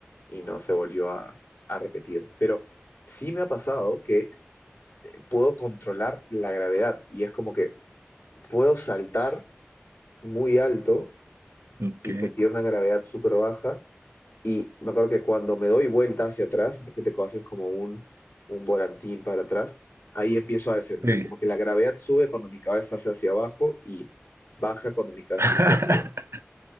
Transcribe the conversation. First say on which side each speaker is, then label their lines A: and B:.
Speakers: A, on the left; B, on the right.
A: y no se volvió a, a repetir. Pero sí me ha pasado que puedo controlar la gravedad y es como que puedo saltar muy alto
B: ok,
A: y sentir una gravedad súper baja Y me acuerdo que cuando me doy vuelta hacia atrás, imagínate que haces como un, un volantín para atrás, ahí empiezo a descender.
B: sí.
A: Como que la gravedad sube cuando mi cabeza está hacia abajo y baja cuando mi cabeza
B: <laughs>
A: está hacia arriba.